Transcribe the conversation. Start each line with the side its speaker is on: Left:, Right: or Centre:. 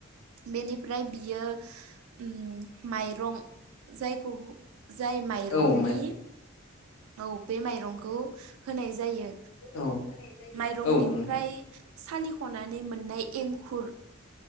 Right: बेनिफ्राय फ्राय बियो ओम माइरं जायखौ जाय माइरंनि
Left: औ
Right: औ बे माइरंखौ होनाय जायो
Left: औ
Right: माइरंनिफ्राय
Left: औ नोंथां
Right: य सालिख'नानै मोननाय एंखुर